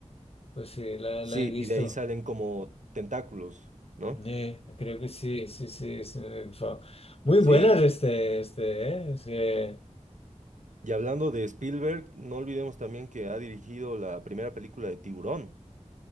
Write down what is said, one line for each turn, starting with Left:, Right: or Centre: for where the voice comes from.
Left: Pues sí, la,
Right: Sí,
Left: la he visto.
Right: y de ahí salen como tentáculos, ¿no?
Left: Eh, creo que sí, sí, sí, sí, fue Muy
Right: Sí,
Left: buenas este, este, eh, es que,
Right: y hablando de Spielberg, no olvidemos también que ha dirigido la primera película de Tiburón.